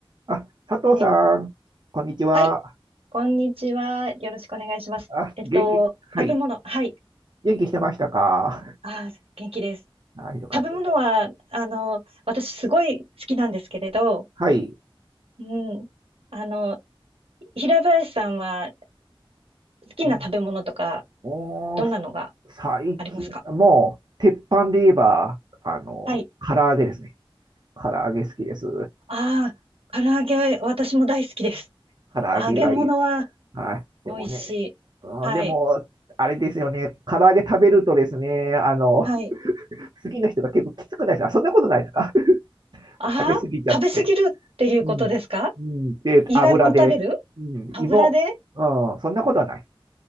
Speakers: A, on the right; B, on the right.
A: あ、佐藤さん、
B: え、
A: こんにちは。
B: はい。こんにちは。よろしくお願いします。
A: あ、
B: えっと、
A: 元気、はい。
B: 食べ物。はい。
A: 元気してましたか
B: あー、元気です。
A: あ、よかったよかった。
B: 食べ物は、あの、私すごい好きなんですけれど、
A: はい。
B: うん。あの、平林さんは好きな食べ物とか、
A: うんおー、
B: どんなのが
A: 最近、
B: ありますか
A: もう、鉄板で言えば、あの、
B: はい。
A: 唐揚げですね。唐揚げ好きです。
B: ああ、唐揚げ、私も大好きです。
A: 唐揚げがいい。
B: 揚げ物は
A: はい。でもね、
B: 美味しい。
A: うん、
B: はい。
A: でも、あれですよね。唐揚げ食べるとですね、あの、
B: はい。
A: 好きな人が結構きつくないですかそんなことないですか <laughs>
B: ああ、
A: 食べ過ぎちゃって。
B: 食べ過ぎるっていうことですか
A: うん、うん、で、
B: 胃がもたれる
A: 油で、うん。
B: 油で
A: 芋、うん、そんなことはない。